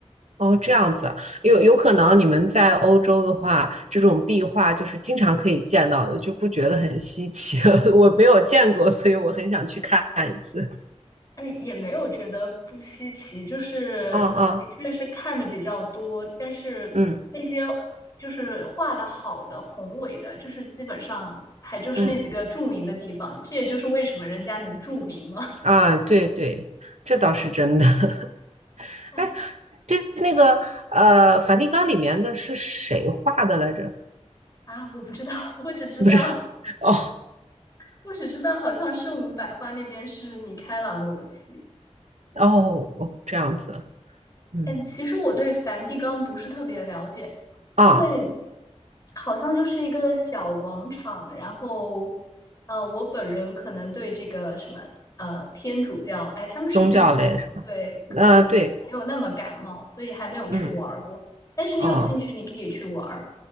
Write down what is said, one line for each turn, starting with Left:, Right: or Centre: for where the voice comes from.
Right: 哦，这样子啊有有可能你们在欧洲的话，这种壁画就是经常可以见到的，就不觉得很稀奇。<laughs> 我没有见过，所以我很想去看一次。
Left: 哎，也没有觉得不稀奇，就是的确是看的比较多，
Right: 嗯嗯
Left: 但是那些
Right: 嗯
Left: 就是画的好的宏伟的，就是基本上还就是那几个著名的地方，
Right: 嗯
Left: 这也就是为什么人家能著名嘛，
Right: 啊，对对，这倒是真的。<laughs>
Left: <laughs> 哎。
Right: 哎，对，那个呃，梵蒂冈里面的是谁画的来着？
Left: 啊，我不知道，<laughs> 我只知道，
Right: 不知道。哦
Left: 我只知道，好像圣母百花那边是米开朗罗奇。
Right: 哦哦，这样子。嗯
Left: 哎，其实我对梵蒂冈不是特别了解，
Right: 啊，
Left: 因为好像就是一个小广场。然后，啊，我本人可能对这个什么，呃，天主教，哎，他们是天主教的，
Right: 宗教类是吧？
Left: 对，可能没有那么感冒，
Right: 呃，对，
Left: 所以还没有去玩儿过。
Right: 嗯
Left: 但是你有兴趣，
Right: 哦。
Left: 你可以去玩儿。